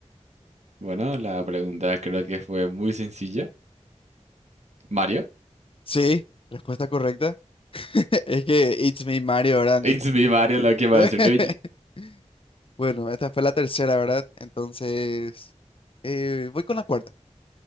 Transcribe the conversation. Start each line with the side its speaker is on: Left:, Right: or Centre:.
Right: Bueno, la pregunta creo que fue muy sencilla. Mario.
Left: Sí, respuesta correcta. Es que It's Me Mario, ¿verdad? De-
Right: It's me, Mario, lo que va
Left: <laughs>
Right: a decir Luigi.
Left: Bueno, esta fue la tercera, ¿verdad? Entonces, eh, voy con la cuarta.